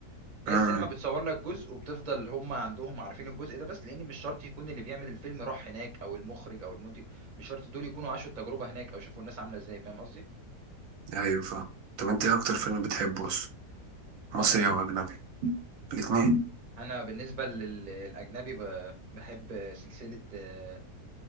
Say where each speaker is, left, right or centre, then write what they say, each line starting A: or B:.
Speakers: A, on the right (about 40°); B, on the right (about 65°).
A: هي
B: مم.
A: السينما بتصور لك جزء وبتفضل هم عندهم عارفين الجزء ده بس لأن مش شرط يكون اللي بيعمل الفيلم راح هناك أو المخرج أو المنتج مش شرط دول يكونوا عاشوا التجربة هناك أو شافوا الناس عاملة إزاي فاهم قصدي؟
B: أيوه فاهم طب أنت إيه أكتر فيلم بتحبه أصلا مصري
A: مصري
B: أو أجنبي الاتنين
A: انا بالنسبه لل- للاجنبي ب- بحب سلسله آه،